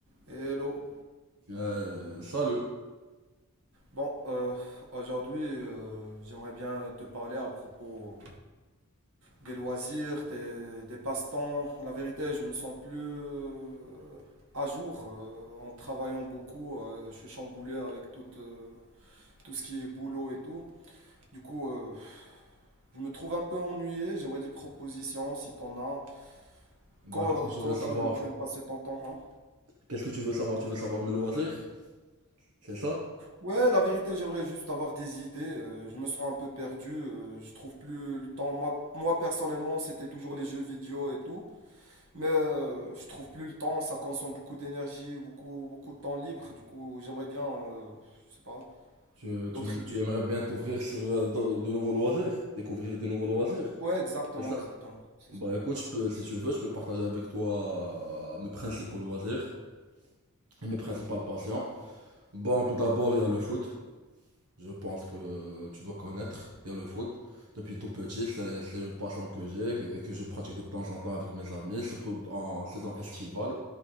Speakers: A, on the right; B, on the right.
A: Hello.
B: Euh, salut.
A: Bon, euh, aujourd'hui, euh, j'aimerais bien te parler à propos des loisirs, des, des passe-temps. La vérité, je me sens plus euh, à jour euh, en travaillant beaucoup. euh, je suis chamboulé avec tout, euh, tout ce qui est boulot et tout. Du coup, euh, je me trouve un peu ennuyé. J'aimerais des propositions si t'en as.
B: Bah,
A: Co-
B: qu'est-ce que tu
A: comment
B: veux savoir?
A: tu, tu aimes passer ton temps, hein
B: Qu'est-ce que tu veux savoir? Tu veux savoir mes loisirs? C'est ça?
A: Ouais, la vérité, j'aimerais juste avoir des idées. euh, je me sens un peu perdu. euh, je trouve plus le temps. Moi, moi personnellement, c'était toujours les jeux vidéo et tout. Mais euh, je trouve plus le temps. Ça consomme beaucoup d'énergie, beaucoup, beaucoup de temps libre. Du coup, j'aimerais bien, euh, je sais pas,
B: Tu,
A: d'autres
B: tu, me-
A: idées.
B: tu aimerais bien t'ouvrir sur euh, de, de nouveaux loisirs? Découvrir de nouveaux loisirs?
A: Ouais, exactement,
B: C'est ça?
A: exactement. C'est
B: Bah,
A: ça.
B: écoute, je peux, si tu veux, je peux partager avec toi euh, mes principaux loisirs et mes principales
A: Vas-y.
B: passions. Bon, tout d'abord, il y a le foot. Je pense que tu dois connaître. Il y a le foot. Depuis tout petit, c'est, c'est une passion que j'ai et que je pratique de temps en temps avec mes amis, surtout en saison estivale.